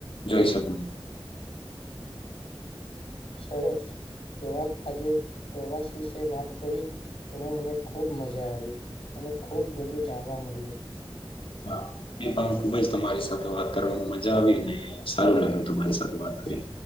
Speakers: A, on the left; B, on the left.
A: જોઈ શકું છ
B: સરસ જવાબ આજે પ્રવાસ વિશે વાત કરી તમે મને ખૂબ મજા આવી અને ખુબ બધું જાણવા મળ્યું
A: હા મને પણ ખુબ જ તમારી સાથે વાત કરવાવામાં મજા આવીને સારું લાગ્યું તમારી સાથે વાત કરી